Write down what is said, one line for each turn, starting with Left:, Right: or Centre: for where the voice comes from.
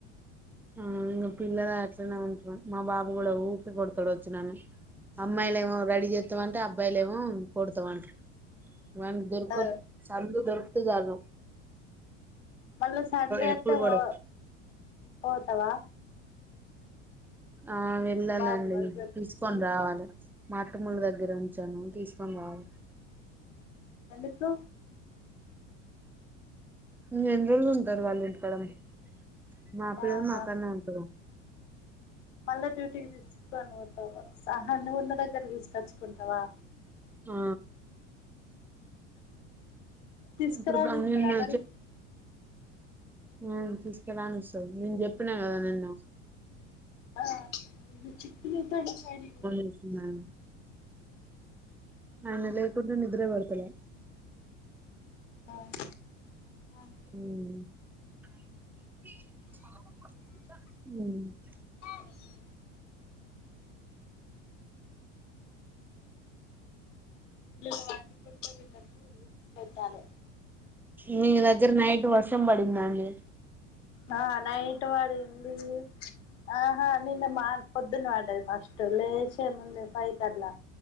Centre: ఆ ఇంగా పిల్లలు అట్లనే ఉంటారు మా బాబు కూడా ఊకే కొడతాడు వచ్చి నన్ను అమ్మాయిలేమో రెడీ చేత్తామంటే అబ్బాయిలు ఏమో కొడతామంటర్ వ దొరుకోద్
Left: ఆ
Centre: సందు దొరికితే చాలు
Left: మళ్ళ సండే
Centre: ఎప్పుడు
Left: ఓత్తే
Centre: కూడా
Left: పో పోతవా
Centre: ఆ వెళ్ళాలండి
Left: బాబు దగ్గరికి
Centre: ఇస్ తీసుకొని రావాలి మా అత్తమోల్లా దగ్గర ఉంచాను తీసుకొని రావాలి
Left: ఎందుకు
Centre: ఇంగా ఎన్ని రోజులు ఉంటారు వాళ్ళింటికాడ పోయి మా పిల్లలు
Left: ఆహా
Centre: మాకాడ్నే ఉంటారు
Left: మళ్ళా డ్యూటీకి తీసుకొని పోతావా స ఆహా ఉన్న దగ్గర తీసుకొచ్చుకుంటావా
Centre: ఆ
Left: తీసుకరానిత్తరా
Centre: ఇప్పుడు నిన్న
Left: మరి
Centre: ఉమ్ తీసుకరానిస్తారు నేను చెప్పినా కదా నిన్న
Left: ఆ ఉ చిక్కులయితన్నాయి షైనీ
Centre: ఏసినాను ఆయన లేకుంటే నిద్రే బడుతలే
Left: అవునా ఆ
Centre: ఉ ఉ
Left: ఆహా వీళ్ళును వండుకుంటే వీళ్ళలకు వీక్స్ పెట్టాలే
Centre: మీ దగ్గర నైట్ వర్షం పడిందా అండి
Left: ఆ నైటు వడింది ఆహా నిన్న మాక్ పొద్దును పడ్డది ఫస్ట్ లేషే ముందే ఫై కట్ల్లా